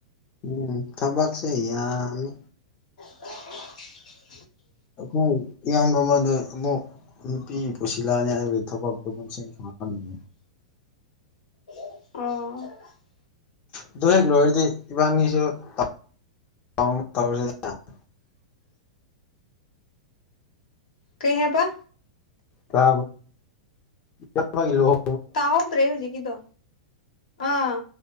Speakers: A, on the left; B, on the left.
A: ꯎꯝ ꯊꯕꯛꯁꯦ ꯌꯥꯝꯃꯦ
B: <unintelligible>
A: ꯑꯩꯈꯣꯏ ꯏꯌꯥꯝꯕ ꯑꯃꯗ ꯑꯃꯨꯛ ꯅꯨꯄꯤ ꯄꯨꯣꯁꯂꯛꯑꯅꯤ ꯍꯥꯏꯕ ꯊꯕꯛ ꯐꯧꯠꯝꯁꯤꯡ ꯐꯪꯍꯟꯅꯤꯡꯉꯤ
B: ꯑꯣ
A: ꯑꯗꯨ ꯍꯦꯛ ꯂꯣꯏꯔꯗꯤ ꯏꯕꯥꯅꯤꯁꯨ ꯀꯥꯎ ꯑꯃ <unintelligible>
B: ꯀꯩ ꯍꯥꯏꯕ
A: ꯇ ꯆꯠꯂꯣ <unintelligible>
B: ꯇꯥꯍꯧꯗ꯭ꯔꯦ ꯍꯧꯖꯤꯀꯤꯗꯣ ꯑꯥ